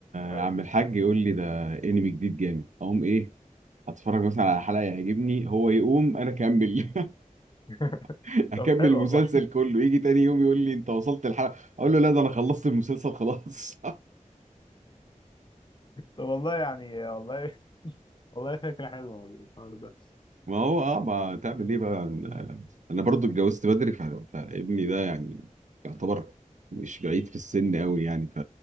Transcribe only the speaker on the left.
ايوه
<laughs>
طب حلو
والله
طب والله يعني والله والله فكره حلوه الحوار ده